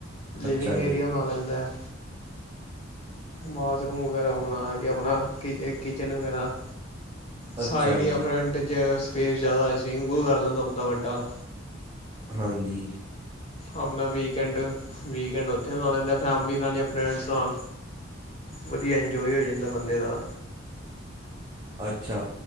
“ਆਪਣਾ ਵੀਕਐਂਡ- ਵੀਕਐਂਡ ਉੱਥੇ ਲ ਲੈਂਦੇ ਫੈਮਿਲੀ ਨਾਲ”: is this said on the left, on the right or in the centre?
Left